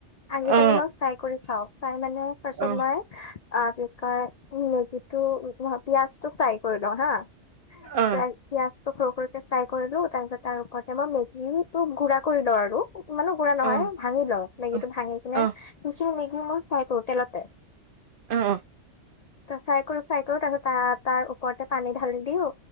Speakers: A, on the left; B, on the right.
A: আজিিকালি
B: অ
A: মই ফ্ৰাই কৰি খাও, ফ্ৰাই মানৰ পাছত
B: অ
A: মই আপ মেগীটো, পিয়াজ টো ফ্ৰাই কৰি লওঁ হা <unintelligible>
B: অ
A: পিয়াজটো সৰু সৰুক ফ্ৰাই কৰিলো, তাৰপিছত তাৰ ওপৰতে মই মেদিটো গুড়া কৰি লওঁ আৰু ইমানো বুঢ়া নহয়,
B: অ
A: ভাঙি ল মেগীটো
B: অ
A: ভাঙি কি
B: অ
A: দুচ মেগী মোৰ চাইটো তেলতে
B: অ',
A: ফ্ৰাই কৰো, ফ্ৰাই কৰো, তাৰপত তাৰ ওপৰতে পানী ঢালি দিও,